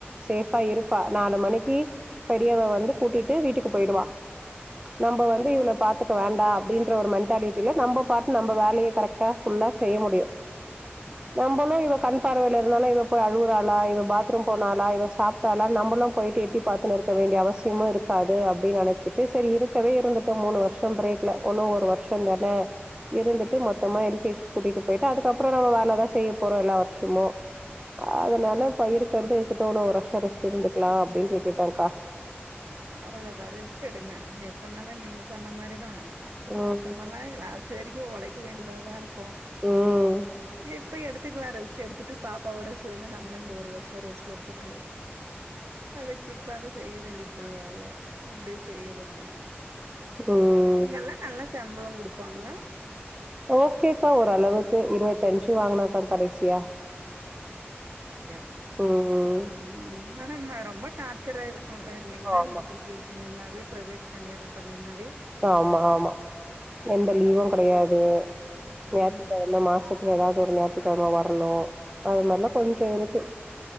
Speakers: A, on the right (about 20°); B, on the right (about 80°).
A: சேஃபா இருப்பா நாலு மணிக்கு பெரியவ வந்து கூட்டிட்டு வீட்டுக்கு போயிடுவா நம்ப வந்து இவள பாத்துக்க வேண்டா அப்டின்ற ஒரு மென்ட்டாலிட்டில நம்ம பாட்டு நம்ம வேலய கரெக்டா ஃபுல்லா செய்ய முடியு
B: ம்
A: நம்பளு இவ கண் பார்வைல இருந்தாலு இவ இப்ப அழுவுறாளா இவ பாத்ரூம் போனாலா இவ சாப்ட்டாலான் நம்பளா போய் எட்டி பாத்துனு இருக்க வேண்டிய அவசியமு இருக்காது அப்டி நெனச்சிட்டு செரி இருக்கவே இருந்துட்டோ மூணு வர்ஷம் பிரேக்ல ஒன்னு ஒரு வர்ஷந்தானே இருந்துட்டு மொத்தமா எல் கே ஜி கூட்டிட்டு போயிட்டு அதுக்கப் ப்பற நம்ம வேல தா செய்யப் போறோ எல்லா வர்ஷமு அதனால இப்ப இருக்கற்து இருக்கட்டு இன்னு ஒரு வர்ஷ ரெஸ்ட்டு இருந்துக்லா அப்டின்ட்டு விட்டுட்டேங்க்கா <inaudible>
B: அவளோதா ரெஸ்ட் எடுங்க எப்பனாலு நீங்க சொன்ன மாரிதா
A: ம்
B: வர்ஷமெல்லா எங்க லாஸ்ட் வரைக்கு ஒழைக்க வேண்டியதாதா இருக்கு
A: ம்
B: எட் இப்பயு எடுத்துக்லா ரெஸ்ட் எடுத்துட்டு பாப்பாவோடே சேந்து நம்மளு இந்த ஒரு வர்ஷ ரெஸ்ட் எடுத்துட்டு அதுக்கு பிட்பாரு செய்ய வேண்டித் தா வேல அப்டி செய்யறத்தா
A: ம்
B: இங்கெல்லா நல்லா ச சம்பளங் குடுப்பாங்ளா
A: ஓகேக்கா ஓரளவுக்கு இருவத்தஞ்சு வாங்குனேங்க்கா கடைசியா
B: யா
A: ம்
B: ம்ம்ம் ஆனாம்ம ரொம்ப டார்சாரா இருக் கு அ இல்லைங்னா
A: ஆமா
B: மெட்ரிகுலேஷன் இன்னாவே ப்ரைவேட் தனியாரு பள்ளின்னா
A: ஆமா ஆமா எந்த லீவு கெடையாது ஞாய்த்துகெழம
B: ம்
A: மாசத் துல எதாவ்து ஒரு ஞாயிற்றுக்கெழம வர்ணு அது மாரிலா கொஞ்ச இருக்கு